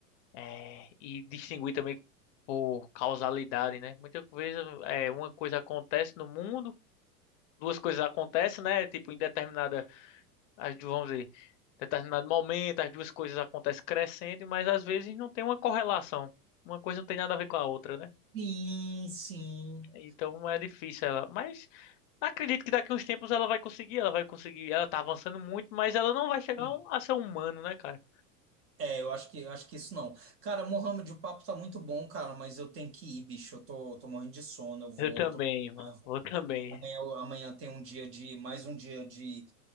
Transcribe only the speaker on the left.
É, e distinguir também por causalidade, né? Muitas vezes é, uma coisa acontece no mundo, duas coisas acontecem, né? Tipo, em determinada, as du- vamos dizer, determinado momento, as duas coisas acontecem crescendo, mas às vezes não tem uma correlação. Uma coisa não tem nada a ver com a outra, né?
Então é difícil ela. Mas acredito que daqui a uns tempos ela vai conseguir, ela vai conseguir. Ela tá avançando muito, mas ela não vai chegar
um, a ser um humano, né, cara?
Eu também,
mano.
Eu também.